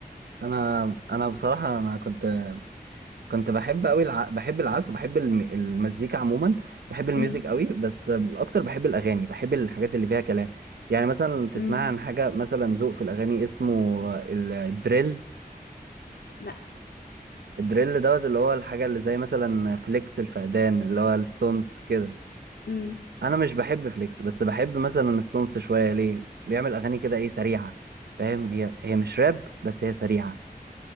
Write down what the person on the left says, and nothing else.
امم
امم
لا
امم